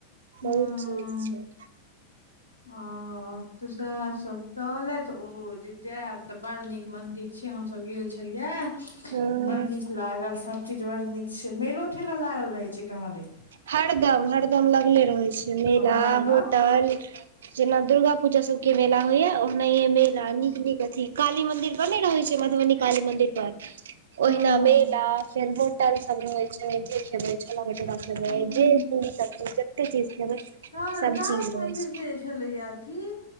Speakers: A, on the left (about 80°); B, on the right (about 60°).
A: हँ
B: बहुत निक छै।
A: ओ त सेह छै। तब कहलथि ओ जे जायब त बड़ नीक मंदिर छै हमसभ गेल छलियै।
B: हम्म।
A: बड़ नीक लागल सब चीज बड़ नीक छै मेलो ठेला लागल रहे छै कहाँ देन।
B: हरदम हरदम लगले रहै छै मेला
A: हरदम
B: होटल। जेना दुर्गा पूजा सब के मेला होइया ओनाहे मेला
A: हँ
B: नीक नीक अथी काली मंदिर पर नै रहै छै मधुबनी काली मंदिर पर
A: हँ
B: ओहिना
A: हँ
B: मेला फेर होटल सब रहै छै जे खेबै छोला भटोरा खेबै
A: हूँ
B: जे सब जते चीज खेबै।
A: कहादन
B: सब
A: काऽली
B: चीज रहै
A: मन्दिर
B: छै
A: के जे छलैया अथीऽ